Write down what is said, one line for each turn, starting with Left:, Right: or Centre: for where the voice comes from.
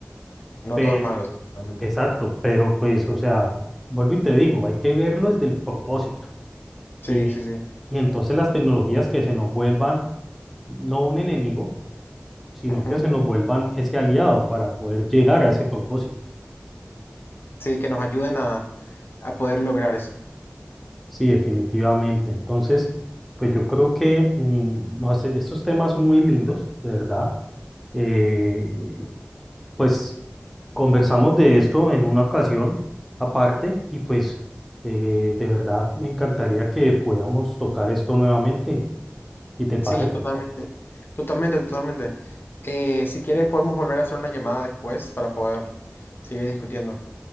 Left: No
Centre: pero,
Left: todos malos, totalmente.
Centre: exacto, pero pues, o sea, vuelvo y te digo, hay que verlo desde el propósito,
Left: Sí,
Centre: y,
Left: sí, sí.
Centre: y entonces las tecnologías que se nos vuelvan no un enemigo, sino
Left: Ujú.
Centre: que se nos vuelvan ese aliado para poder llegar a ese propósito.
Left: Sí, que nos ayuden a, a poder lograr eso.
Centre: Sí, definitivamente. Entonces, pues yo creo que mm, no sé, estos temas son muy lindos, de verdad. Eh, pues conversamos de esto en una ocasión aparte y pues eh, de verdad me encantaría que podamos tocar esto nuevamente. ¿Y te parece?
Left: Sí, totalmente. Totalmente, totalmente. Eh, si quieres, podemos volver a hacer una llamada después para poder seguir discutiendo.